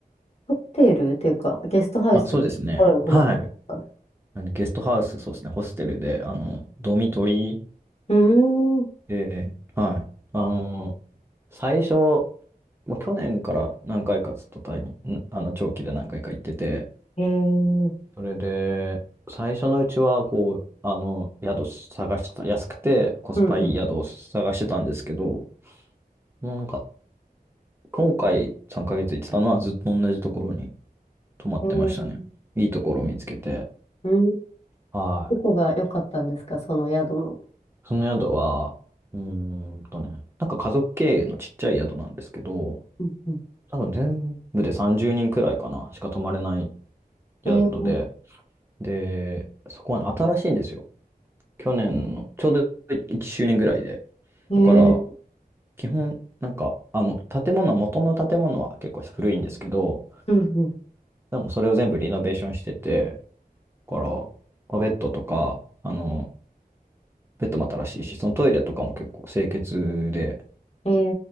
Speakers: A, on the left (about 40°); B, on the right (about 15°).
A: ホテルっていうか、ゲストハウスとかのところに泊まってるんですか
B: あ、そうですね。はい。あのゲストハウス、そうですね、ホステルで、あの、ドミトリー
A: うーん。
B: で、はい。あの、最初、もう去年から何回かずっとタイに、なあの、長期で何回か行ってて、
A: えー、
B: それで、最初のうちは、こう、あの、宿探してた、安くてコスパいい宿を探してたんですけど、
A: うんうん。
B: もうなんか、今回3ヶ月行ってたのはずっと同じところに泊まってましたね。
A: えー、
B: いいところを見つけて。
A: うん。
B: はい。
A: どこが良かったんですか、その宿の。
B: その宿は、うーんとね、なんか家族経営のちっちゃい宿なんですけど、
A: うんうん。
B: 多分全部で30人くらいかな、しか泊まれない宿で、
A: えー、
B: で、そこは新しいんですよ。去年の、ちょうど1周年ぐらいで。
A: えー、
B: だから、基本、なんか、あの、建物は、元の建物は結構古いんですけど、
A: うん
B: でもそれを全部リノベーションしてて、だから、まあベッドとか、あの、ベッドも新しいし、そのトイレとかも結構清潔で、
A: うん。